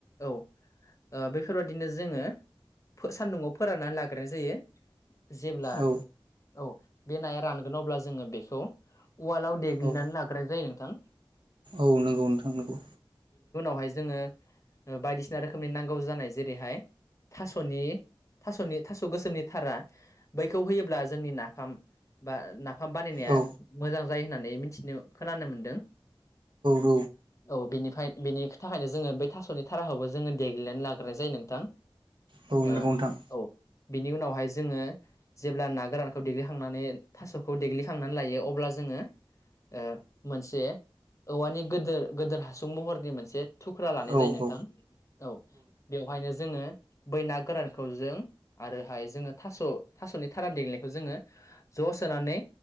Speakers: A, on the left; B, on the right.
A: औ ओ बेफोरबादिनो जोङो सान्दुङाव फोराननानै लाग्रोनाय जायो। जेब्ला
B: औ
A: औ बे नाया रानगोन अब्ला जोङो बेखौ ववालाव देग्लिनानै
B: औ
A: लाग्राय जायो नोंथां।
B: औ नंगौ नोंथां नंगौ।
A: वहाय जोंङो ओ बायदिसिना रोखोमनि नांगौ जानाय जेरैहाय थास'नि थास'नि थास' गोसोमनि थारा बैखौ होयोब्ला जोंनि नाफाम बा नाफा फाम बानायनाया
B: औ
A: मोजां जायो होननानै मिथिनो खोनानो मोन्दों।
B: औ
A: औ बेनिफ्राय बेनि थाखायनो जोङो बेै थास'नि थाराखौबो जोङो देग्नानै लाग्रोनाय जायो नोंथां।
B: गुबुन
A: ओ
B: नंगौ नोंथां।
A: औ बिनि उनावहाय जोङो जेब्ला ना गोरानखौ देग्लिखांनानै थास'खौ देग्लिखांनानै लायो अब्ला जों ओ मोनसे औवानि गोदोर गोदोर हासुं महरनि मोनसे थुख्रा लानाय
B: औ
A: जायो नोंथां
B: औ
A: औ बेवहायनो जोङो बै ना गोरानखौ जों आरोहाय जोङो थास' थास'नि थारान देग्नायखौ जोङो ज सोनानै